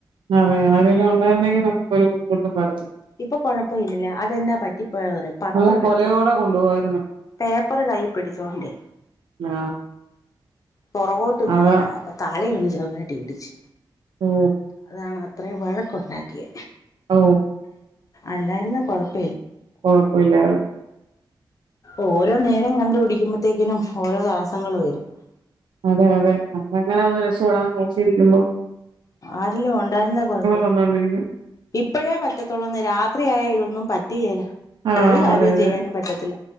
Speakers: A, on the right; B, on the left.
A: അതെ ആരെല്ലാം ഉണ്ടായിരുന്നെങ്കിൽ നമു ബുദ്ധിമുട്ടും വരത്
B: ഇപ്പം കൊഴപ്പയില്ല അതെന്നാ പറ്റിപ്പോയെന്ന് അറിയേ പത്രം
A: നമുക്ക് കൊലയോടെ
B: എടുത്ത്
A: കൊണ്ടുപോവായിരുന്നു.
B: പേപ്പറ് കൈ പിടിച്ചോണ്ടേ
A: ആ
B: പൊറകോട്ട് വീണ്
A: അതാ
B: അപ്പൊ തലയൊന്ന് ജവാട്ടി ഇടിച്
A: ഓ
B: അതാണ് അത്രയും വഴക്കുണ്ടാക്കിയ
A: ഓ
B: അല്ലായിരുന്ന പടുത്ത
A: കൊഴപ്പയില്ലാ
B: ഓരോ നേരം കണ്ടപടിക്കുമ്പോത്തേക്കിനും ഓരോ താസങ്ങള് വരും
A: അതെ അതെ അ എങ്ങനെയന്ന് രക്ഷപ്പെടാൻ നേച്ചിരിക്കുമ്പോ
B: ആരെല്ലും ഉണ്ടായിരുന്നേ കൊഴപ്പം
A: വന്നോണ്ടിരിക്കും.
B: ഇപ്പോഴേ പറ്റത്തുള്ളൂന്ന് രാത്രിയയാൽ ഇതൊന്നും പറ്റ റ്റില
A: ആ
B: ഒരു കാര്യം
A: അതെ അതെ
B: ചെയ്യാനും പറ്റത്തില്ല